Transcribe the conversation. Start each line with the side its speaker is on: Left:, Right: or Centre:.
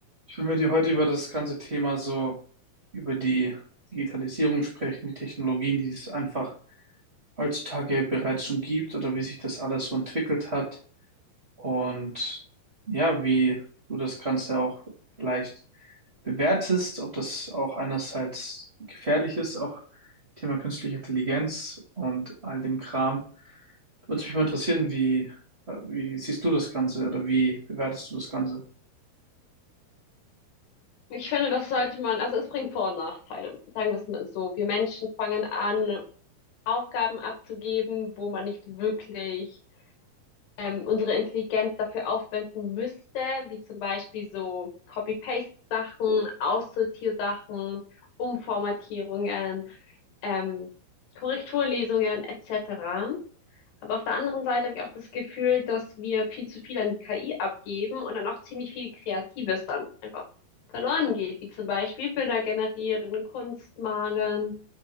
Right: Ich will mit dir heute über das ganze Thema so, über die Digitalisierung sprechen, die Technologien, die es einfach heutzutage bereits schon gibt oder wie sich das alles so entwickelt hat. Und ja, wie du das Ganze auch vielleicht bewertest, ob das auch einerseits gefährlich ist, auch Thema künstliche Intelligenz und all dem Kram. Da würde mich mal interessieren, wie, äh, wie siehst du das Ganze oder wie bewertest du das Ganze?
Left: Ich finde, das sollte man, also es bringt Vor- und Nachteile. Sagen wir es mal so. Wir Menschen fangen an, Aufgaben abzugeben, wo man nicht wirklich ähm, unsere Intelligenz dafür aufwenden müsste, wie zum Beispiel so Copy-Paste-Sachen, Aussortiersachen, Umformatierungen, ähm, Korrekturlesungen etc. Aber auf der anderen Seite habe ich auch das Gefühl, dass wir viel zu viel an die KI abgeben und dann auch ziemlich viel Kreatives dann einfach verloren geht, wie zum Beispiel Bilder generieren, Kunst malen.